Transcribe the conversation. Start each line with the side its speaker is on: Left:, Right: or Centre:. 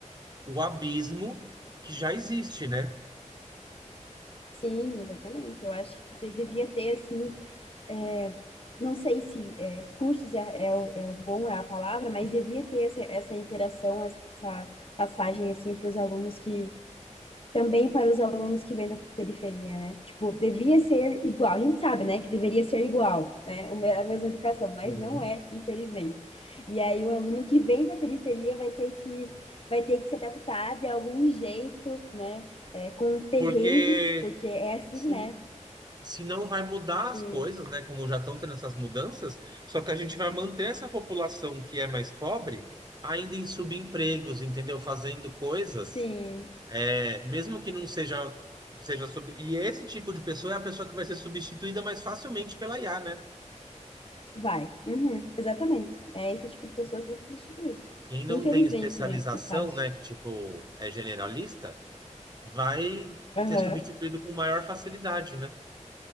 Right: o abismo que já existe, né?
Left: sim, exatamente. Eu acho que de- devia ter, assim, é, não sei se é, cursos é, é, o, é o bom, é a palavra, mas devia ter essa, essa interação, essa passagem, assim, para os alunos que também para os alunos que vêm da periferia, né? Tipo, devia ser igual. A gente sabe, né, que deveria ser igual, né? o me- A mesma educação, mas
Right: Sim.
Left: não é, infelizmente. E aí o aluno que vem da periferia vai ter que vai ter que se adaptar de algum jeito, né? É, com perrengues,
Right: Porque
Left: porque é assim,
Right: se,
Left: né?
Right: se não vai mudar as
Left: E
Right: coisas, né? Como já estão tendo essas mudanças, só que a gente vai manter essa população que é mais pobre ainda em subempregos, entendeu? Fazendo coisas,
Left: sim,
Right: é, mesmo que não seja, seja sub... E esse tipo de pessoa é a pessoa que vai ser substituída mais facilmente pela IA, né?
Left: vai. Uhum, exatamente. É esse tipo de pessoa que vai ser substituído.
Right: Quem não
Left: Infelizmente,
Right: tem especialização,
Left: né, no caso.
Right: né, que tipo é generalista, vai
Left: Aham.
Right: ser substituído com maior facilidade, né?